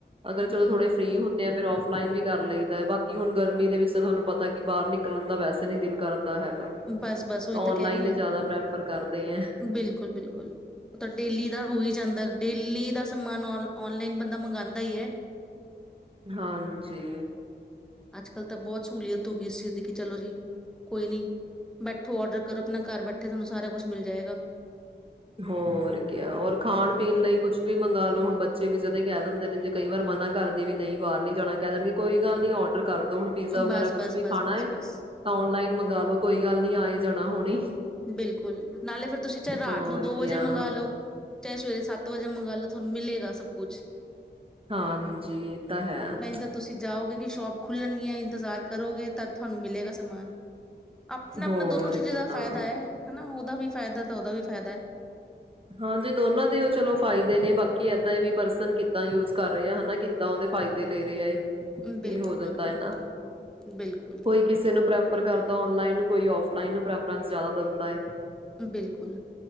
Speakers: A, on the right; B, in the centre.
A: ਅਗਰ ਚਲੋ
B: ਹਮ
A: ਥੋੜੇ ਫਰੀੀ ਹੋਦੇ ਆ ਫਿਰ ਆਫ ਲਾਈਨ ਵੀ ਕਰ ਲਈਦਾ ਬਾਕੀ ਹੁਣ। ਗਰਮੀ ਦੇ ਵਿੱਚ ਤਾਂ ਤੁਹਾਨੂੰ ਪਤਾ ਕਿ ਬਾਹਰ ਨਿਕਲਣ ਦਾ ਵੈਸੇ ਨਹੀਂ ਦਿਲ ਕਰਦਾ ਹੈਗਾ।
B: ਬਸ ਬਸ ਉਹੀ
A: ਔਨਲਾਈਨ
B: ਤਾਂ ਕਹਿ ਰਹੀ
A: ਹੀ
B: ਹਾਂ,
A: ਜ਼ਿਆਦਾ ਪ੍ਰੈਫਰ ਕਰਦੇ ਐ
B: ਬਿਲਕੁਲ -ਬਿਲਕੁਲ, ਉਹ ਤਾਂ ਡੇਲੀ ਦਾ ਹੋਈ ਜਾਂਦਾ। ਡੇਲੀ ਦਾ ਸਮਾਨ ਆਨ ਆਨਲਾਈਨ ਬੰਦਾ ਮੰਗਵਾਉਂਦਾ ਹੀ ਹੈ।
A: ਹਾਂਜੀ।
B: ਅੱਜ ਕੱਲ ਤਾਂ ਬਹੁਤ ਸਹੂਲੀਅਤ ਹੋ ਗਈ ਸੀ, ਇਸ ਚੀਜ਼ ਦੀ ਕਿ ਚਲੋ ਜੀ ਕੋਈ ਨੀ, ਬੈਠੋ ਔਡਰ ਕਰੋ ਆਪਣਾ ਘਰ ਬੈਠੇ ਤੁਹਾਨੂੰ ਸਾਰਾ ਕੁਛ ਮਿਲ ਜਾਏਗਾ।
A: ਹੋਰ ਕਿਆ ਹੋਰ ਖਾਣ ਪੀਣ ਲਈ ਕੁਛ ਵੀ ਮੰਗਾ ਲੋ ਹੁਣ ਬ <unintelligible> ਵੀ ਜਦੇ ਕਹਿ ਦਿੰਦੇ ਨੇ ਜੇ ਕਈ ਵਾਰ ਮਨਾ ਕਰਦੇ ਵੀ ਨਹੀਂ ਬਾਹਰ ਨੀ ਜਾਣਾ ਕਹਿ ਦੇਣਗੇ ਕੋਈ ਗੱਲ ਨੀ ਔਡਰ ਕਰ ਹੁਣ ਪੀਜ਼ਾ ਵਗੈਰਾ
B: ਬਸ
A: ਕੁੱਛ
B: ਬਸ
A: ਵੀ
B: ਬਸ
A: ਖਾਣਾ
B: ਬਸ
A: ਏ
B: ਬਸ
A: ਤਾਂ ਆਨਲਾਈਨ ਮੰਗ ਲੋੋ ਕੋਈ ਗੱਲ ਨੀ ਆਏ ਜਾਣਾ ਹੁਣੇ।
B: ਬਿਲਕੁਲ ਨਾਲੇ ਫਿਰ ਤੁਸੀਂ ਚਾਹੇ ਰਾਤ,
A: ਹੋਰ
B: ਨੂੰ ਦੋ
A: ਕਿਆ
B: ਵਜੇ ਮੰਗਾ ਲੋੋ। ਚਾਹੇ ਸਵੇਰੇ ਸੱਤ ਵਜੇ ਮੰਗਾ ਲੋ ਤੁਹਾਨੂੰ ਮਿਲੇਗਾ ਸਭ ਕੁੱਛ,
A: ਹਾਂਜੀ ਇਹ ਤਾਂ ਹੈ।
B: ਤਾਂ ਤੁਸੀਂ ਜਾਓਗੇ ਕਿ ਸ਼ੋਪ ਖੁੱਲਣਗੀਆਂ ਇੰਤਜ਼ਾਰ ਕਰੋਗੇ ਤਾਂ ਤੁਹਾਨੂੰ ਮਿਲੇਗਾ ਸਮਾਨ, ਆਪਣਾ ਆਪਣਾ
A: ਹੋਰ
B: ਦੋਨੋ ਚੀਜ਼ਾਂ
A: ਕਿਆ
B: ਦਾ ਫਾਇਦਾ ਹੈ, ਹਨ। ਨਾ ਉਹਦਾ ਵੀ ਫਾਇਦਾ ਤਾਂ ਉਹਦਾ ਵੀ ਫ਼ਾਇਦਾ।
A: ਹਾਂ ਜੇ ਦੋਨਾਂ ਦੇ ਉਹ ਚਲੋ ਫਾਇਦੇ ਨੇ ਬਾਕੀ ਏਦਾਂ ਵੀ ਪਰਸਨ ਕਿੱਦਾਂ ਯੂਜ ਕਰ ਰਹੇ ਆ ਹਨਾ ਕਿੱਦਾਂ ਉਹਦੇ ਫਾਇਦੇ ਲੈ ਰਹੇਏ।
B: ਹੈ ਬਿਲਕੁਲ
A: ਇਹ ਹੋ ਜਾਂਦਾ
B: ਬਿਲਕੁਲ
A: ਇਨਾ,
B: ਬਿਲਕੁਲ
A: ਕੋਈ ਕਿਸੇ ਨੂੰ ਪ੍ਰੈਫਰ ਕਰਦਾ ਆਨਲਾਈਨ ਕੋਈ ਔਫਲਾਈਨ ਨੂੰ ਪ੍ਰੈਫਰੈਂਸ ਜ਼ਿਆਦਾ ਦਿੰਦਾ ਏ।
B: ਬਿਲਕੁਲ।